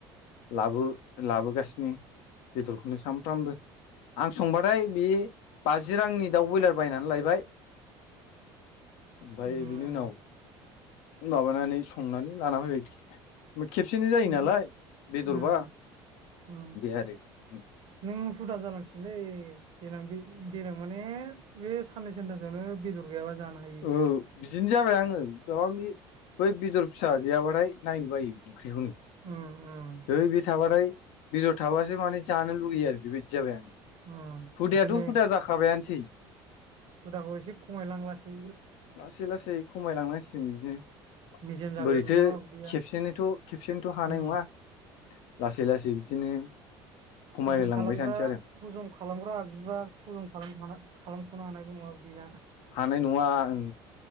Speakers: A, on the left; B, on the right.
A: लाबो लाबोगासिनो बेदरखौनो सामफ्रामबो। आं संबाथाय बे बाजि रांनि दाउ बयलार बायनानै लायबाय ओमफ्राय
B: उम
A: बिनि उनाव माबानानै संनानै लाना फैबाय। खेबसेनो जायो
B: नों
A: नालाय बेदरबा
B: उम उम
A: बे आरो उम
B: नों हुदा जालांसिगोनलै। देनां बे देनां माने बे साननै सानथासोआवनो बेदर गैयाबा जानो हायि
A: ओ बिदिनो जाबाय आङो माबा बे बै बेदर फिसा गैयाबाथाय नायनो बायो ओंख्रिखौनो।
B: उम उम
A: हैै बे थाबाथाय बेदर थाबासो माने जानो लुुबैयो आरो बेबायदि जाबाय आङो।
B: उम
A: हुदायाथ'
B: ओंखायनो
A: हुदा जाखाबायानसै।
B: हुदाखौ एसे खमायलां लासै
A: लासै लासै खमायलांनांसिगोन बिदिनो।
B: मेजेम जागोन
A: बोरैथो
B: नङाबा उदैया
A: खेबसेनोथ' खेबसेनोथ' हानाय
B: उम
A: नङा लासै लासै बिदिनो खमायलांबाय
B: हजल खालामग्रा
A: थानोसै आरो
B: हजम खालामग्रा आगजुबा हजम खालाम ह खालामख'नो हानायबो‌ नङा बेना।
A: हानाय नङा आं